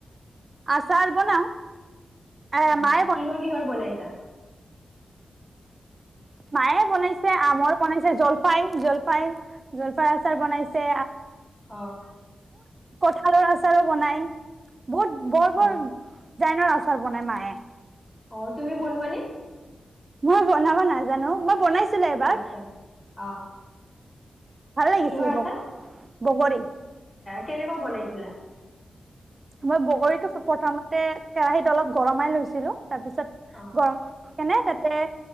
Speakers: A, on the right; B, on the left.
A: আচাৰ বনাও এ
B: আহ
A: মায়ে
B: কিহৰ কিহৰ বনাইছা
A: মায়ে বনাইছে আমৰ বনাইছে জলফাই জলফাই জলফাইৰ আচাৰ বনাইছে
B: অ
A: কঠালৰ আচাৰো বনাই বহুত বৰ বৰ
B: অ
A: দিজাইনৰ আচাৰ বনাই মায়ে
B: অ তুমি বলোৱা নে?
A: মই বনাব নাজানো মই বনাইছো ছিলে এবাৰ
B: আচ্ছা অ
A: ভাল লাগিছিল
B: কিহৰ আচাৰ
A: ব বগৰী
B: কেনেকুৱা বনাইছিলা?
A: মই বগৰীতো প্ৰথমতে কেৰাহীত অলপ গৰমাই লৈছিলো তাৰপিছত
B: অ
A: গৰম কেনে তাতে